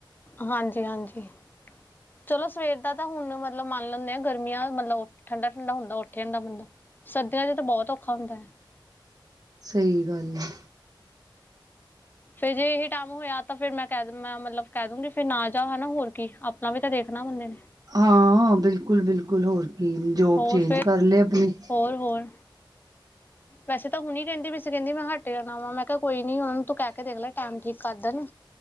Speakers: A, on the left; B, on the right.
A: ਹਾਂਜੀ, ਹਾਂਜੀ ਚਲੋ ਸਵੇਰ ਦਾ ਤਾਂ ਹੁਣ ਮਤਲਬ ਮੰਨ ਲੈਣੇ ਆ ਗਰਮੀਆਂ ਮਤਲਬ ਠੰਡਾ, ਠੰਡਾ ਹੁੰਦਾ ਉੱਠੇਜਾਂਦਾ ਬੰਦਾ ਸਰਦੀਆਂ 'ਚ ਤਾਂ ਬਹੁਤ ਔਖਾ ਹੁੰਦਾ।
B: ਸਹੀ ਗੱਲ ਐ।
A: ਫੇਰ ਜੇ ਇਹੀ ਟਾਈਮ ਹੋਇਆ ਤਾਂ, ਫਿਰ ਮੈਂ ਕਹਿ ਮੈਂ ਮਤਲਬ ਕਹਿ ਦੂੰਗੀ ਫਿਰ ਨਾ ਜਾ ਹਨਾ ਹੋਰ ਕੀ ਆਪਣਾ ਵੀ ਤਾਂ ਦੇਖਣਾ ਬੰਦੇ ਨੇ
B: ਹਾਂ ਬਿਲਕੁਲ ਬਿਲਕੁਲ ਹੋਰ ਕੀ ਜੋਬ
A: ਹੋਰ
B: ਚੇਂਜ
A: ਫਿਰ
B: ਕਰ ਲਏ ਆਪਣੀ
A: ਹੋਰ ਹੋਰ
B: <inaudible>
A: ਵੈਸੇ ਤਾਂ ਹੁਣੀ ਕਹਿੰਦੀ ਪਈ ਸੀ ਕਹਿੰਦੀ ਮੈਂ ਹੱਟ ਜਾਣਾ ਮੈਂ ਕਿਹਾ ਕੋਈ ਨੀ ਕਹਿ ਕੇ ਦੇਖ ਲੈ ਟੈਮ ਠੀਕ ਕਰ ਦੇਣ।